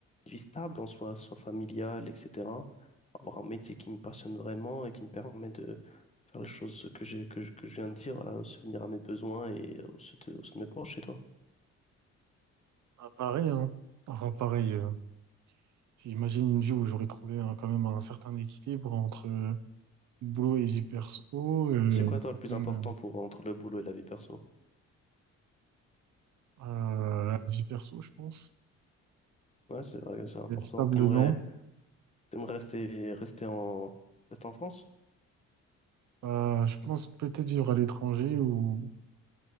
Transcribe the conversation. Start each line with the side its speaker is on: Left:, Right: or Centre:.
Left: une vie stable en soi, soit familiale, etc. Avoir un métier qui me passionne vraiment et qui me permet de faire les choses que j'ai, que, je- que je viens de dire, voilà, subvenir à mes besoins et aux ceux de, aux ceux de mes proches. Et toi?
Right: Ah, pareil, hein. Enfin, pareil, euh, j'imagine une vie où j'aurais trouvé hein, quand même un certain équilibre entre euh, boulot et vie perso, euh,
Left: C'est quoi, toi,
Right: peut-être
Left: le plus
Right: même
Left: important
Right: euh,
Left: pour entre le boulot et la vie perso?
Right: euh, la vie perso, je pense.
Left: Ouais, c'est vrai, que c'est important.
Right: D'être stable
Left: T'aimerais,
Right: dedans.
Left: t'aimerais rester, rester en, rester en France?
Right: Bah, je pense peut-être vivre à l'étranger ou